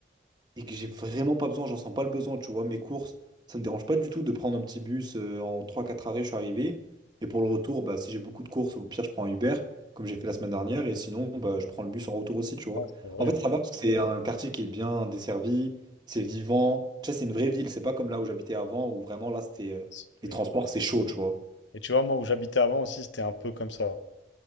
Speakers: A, on the right; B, on the left.
A: et que j'ai vraiment pas besoin, j'en sens pas le besoin, tu vois, mes courses, ça me dérange pas du tout de prendre un petit bus euh, en trois quatre arrêts, je suis arrivé. Et pour le retour, bah, si j'ai beaucoup de courses, au pire, je prends un Uber, comme j'ai fait la semaine dernière, et sinon, bah, je prends le bus en retour aussi, tu vois.
B: Ah, c'est vrai.
A: En fait,
B: hein.
A: ça va parce que c'est un quartier qui est bien desservi, c'est vivant, tu sais, c'est une vraie ville, c'est pas comme là où j'habitais avant, où vraiment là, c'était euh,
B: C'est vrai.
A: les transports, c'est chaud, tu vois.
B: Et tu vois, moi, où j'habitais avant aussi, c'était un peu comme ça.